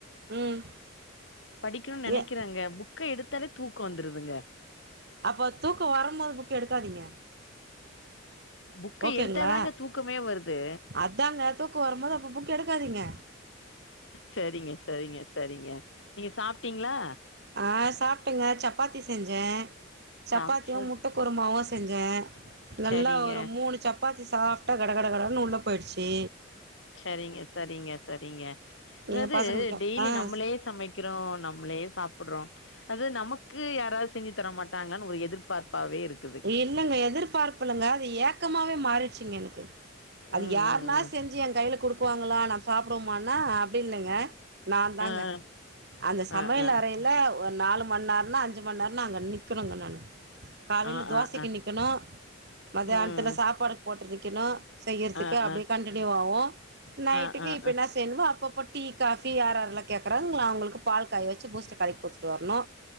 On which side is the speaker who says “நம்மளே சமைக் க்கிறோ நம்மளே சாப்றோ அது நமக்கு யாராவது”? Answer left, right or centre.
Left